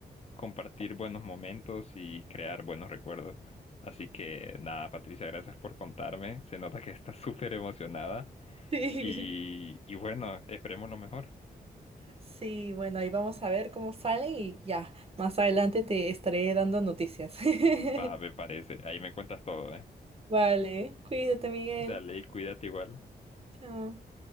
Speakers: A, on the left (about 35°); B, on the right (about 35°).
A: compartir buenos momentos y crear buenos recuerdos. Así que nada, Patricia, gracias por contarme. Se nota que estás <laughs> súper emocionada
B: Sí,
A: y, y bueno, esperemos lo mejor.
B: sí, bueno, ahí vamos a ver cómo sale y ya, más adelante te estaré dando noticias. <laughs>
A: Va, me parece. Ahí me cuentas todo, ¿eh?
B: Vale, cuídate, Miguel.
A: Dale, y cuídate igual.
B: Chao.